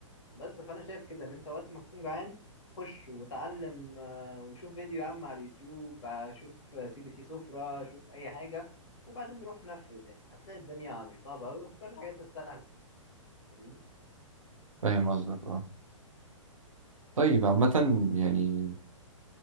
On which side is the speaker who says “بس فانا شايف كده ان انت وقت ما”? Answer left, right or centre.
Left